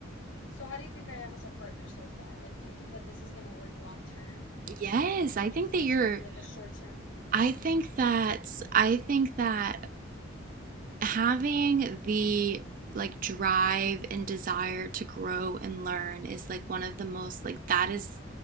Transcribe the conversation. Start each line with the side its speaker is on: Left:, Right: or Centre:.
Left: So how do you think I am as a partner so far? Like, do you think that this is going to work long term?
Right: Yes, I
Left: Or do
Right: think
Left: you think
Right: that
Left: this
Right: you're
Left: is going to be like a short term
Right: I think that I think that having the like drive and desire to grow and learn is like one of the most like that is